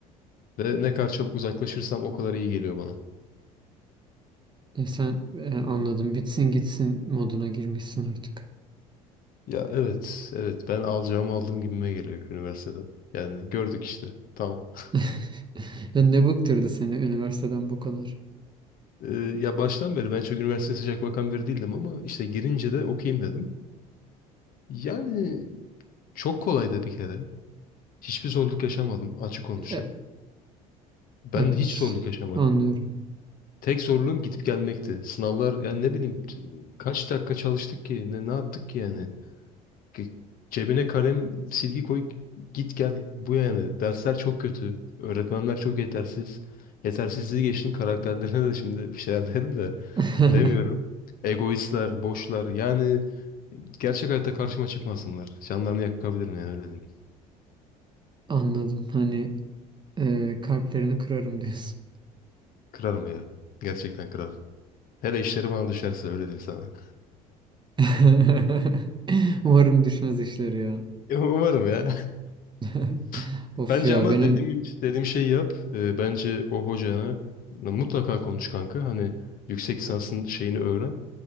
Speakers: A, on the left; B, on the right.
A: Ve ne kadar çabuk uzaklaşırsam o kadar iyi geliyor bana.
B: Ya sen e, anladım bitsin gitsin moduna girmişsin artık.
A: Ya evet, evet ben alacağımı aldım gibime geliyor üniversiteden. Yani gördük işte. Tamam. <laughs>
B: <laughs> Ya ne bıktırdı seni üniversiteden bu kadar?
A: Ee, ya baştan beri ben çok üniversiteye sıcak bakan biri değildim ama işte girince de okuyayım dedim. Yani çok kolaydı bir kere. Hiçbir zorluk yaşamadım, açık konuşacağım.
B: E,
A: Ben
B: evet,
A: hiç zorluk yaşamadım.
B: anlıyorum.
A: Tek zorluğum gidip gelmekti. Sınavlar yani ne bileyim t- kaç dakika çalıştık ki ne ne yaptık ki yani. Ki- Cebine kalem silgi koy git gel bu yani. Dersler çok kötü. Öğretmenler çok yetersiz. Yetersizliği geçtim karakterlerine de şimdi bir şeyler <laughs> derim de
B: <laughs>
A: demiyorum. Egoistler, boşlar yani gerçek hayatta karşıma çıkmasınlar. Canlarını yakabilirim yani öyle diyeyim.
B: Anladım. Hani e, kalplerini kırarım diyorsun.
A: Kırarım ya. Gerçekten kırarım. Hele işleri bana düşerse öyle diyeyim sana.
B: <laughs> Umarım düşmez işleri ya.
A: <laughs> Umarım ya.
B: <laughs>
A: <laughs>
B: Of
A: Bence
B: ya
A: ama
B: benim
A: dediğim, dediğim şeyi yap. Ee, bence o hocana mutlaka konuş kanka. Hani yüksek lisansın şeyini öğren.